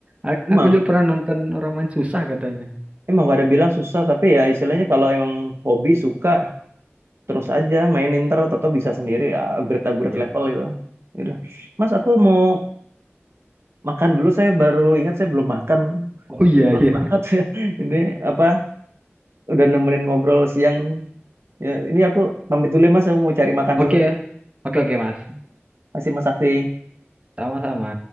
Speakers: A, on the right (about 30°); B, on the right (about 65°).
A: A-
B: Emang
A: Aku juga pernah nonton orang main susah katanya.
B: emang pada bilang susah tapi ya istilahnya kalau emang hobi suka terus aja mainin ntar atau bisa sendiri upgrade upgrade
A: Iya.
B: level itu. Ya Mas aku mau makan dulu saya baru ingat saya belum makan
A: Oh iya,
B: Maaf
A: iya.
B: banget <laughs> ya. Ini apa udah nemenin ngobrol siang Ya, ini aku pamit dulu ya Mas, aku mau cari makan dulu.
A: Oke. Oke, oke, Mas.
B: Masih Mas Sakti.
A: Sama-sama.